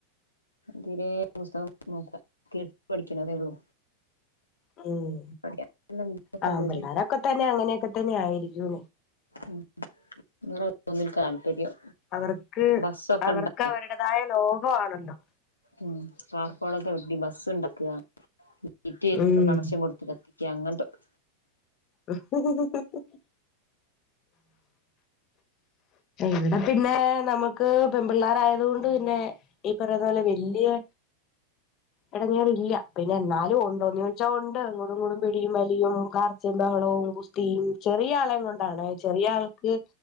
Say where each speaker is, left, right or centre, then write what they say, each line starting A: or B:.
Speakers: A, on the left (about 80°); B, on the left (about 35°).
A: തിരെ പുസ്തകം നോക്കട്ട പഠിക്കണതെ ഉള്ളൂ
B: ഉം
A: പഠിക്കാൻ നല്ല ബുദ്ധിയൊക്കെണ്ട്
B: ആ
A: പക്ഷെ
B: പിള്ളോരൊക്കെ തന്നെ അങ്ങനെയൊക്കെ തന്നെ ആയിരിക്കൂ
A: ഉം എറ തോന്ന താല്പര്യം
B: അവർക്ക്
A: ബസ്സൊക്കെ
B: അവർക്കവരുടേതായ
A: ഇണ്ട
B: ലോക വാണല്ലോ?
A: ഉ ചാർക്കോളക്കെവെട്ടി ബസ്സ്ണ്ടാകാ ശീറ്റ് കീറി
B: ഉം
A: കണക്ഷൻ കൊട്ക്കാ അങ്ങൻത്തൊക്കെ
B: ബ്ബഹജ്ജ്ജ് ഫ്ഫ്ഡ്‌സ്സ്സ്ഡ് ഇവിടെ പിന്നെ നമക്ക് പെംപിള്ളാരായത് കൊണ്ട് പിന്നെ ഈ പറയുന്നപോലെ വല്ല്യാ എടങ്ങേറില്ല പിന്നെയെന്നാലും ഉണ്ടോന്നോയ്ച്ചാ ഒണ്ട് അങ്ങോട്ടിങ്ങോടും പിടിയും വലിയും കാ ഒച്ചിം, ബഹളവും, ഗുസ്തിയും, ചെറിയാളെം കൊണ്ടാണേ ചെറിയാൾക്ക്